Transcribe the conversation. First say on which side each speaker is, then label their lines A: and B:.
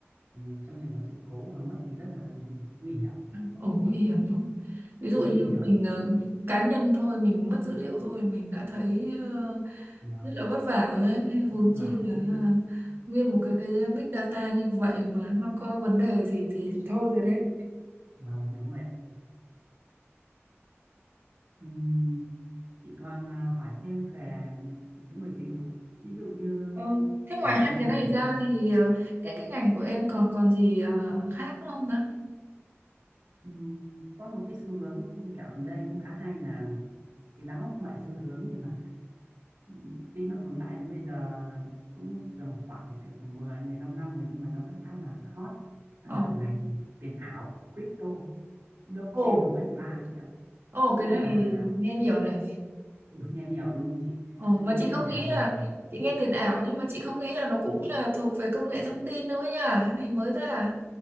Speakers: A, on the right; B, on the right.
A: ừ, trong trường hợp sự cố mà mất thì rất là nguy hiểm
B: ồ nguy hiểm không ví dụ
A: và
B: như
A: nguy hiểm
B: mình ờ, cá nhân thôi mình mất dữ liệu thôi mình đã thấy ờ,
A: và
B: rất là vất vả rồi đấy
A: vất
B: huống
A: vả
B: chi là
A: nữa
B: là
A: thế
B: nguyên một cái cái big data như vậy mà nó có vấn đề gì thì thôi rồi đấy
A: Vâng, đúng rồi ạ. Ừm, chị còn à, hỏi thêm về những người gì không ạ? Ví dụ như
B: Ừ. Thế ngoài
A: chẳng hạn
B: hai
A: như
B: cái
A: là
B: này
A: hiện
B: ra
A: tại
B: thì ờ, cái cái ngành của em còn còn gì ờ, khác nữa không ta?
A: ừm, có một cái xu hướng dạo gần đây cũng khá hay là thì đã không phải xu hướng nhưng mà ừm, tuy nó tồn tại đến bây giờ cũng tầm khoảng từ 10 15 năm rồi nhưng mà nó vẫn khá là hot Đó
B: Ồ,
A: là ngành tiền ảo crypto blockchain
B: ồ,
A: và web ba chị ạ.
B: ồ
A: Nghĩa
B: cái này
A: là
B: nghe nhiều này.
A: được nghe nhiều đúng không chị?
B: Ồ
A: Nha
B: mà chị
A: nha
B: không
A: nhả
B: nghĩ
A: nhả.
B: là
A: ờ.
B: chị nghe tiền ảo nhưng mà chị không nghĩ là nó cũng là thuộc về công nghệ thông tin đâu ấy nhỉ? Cái Này mới ra. à?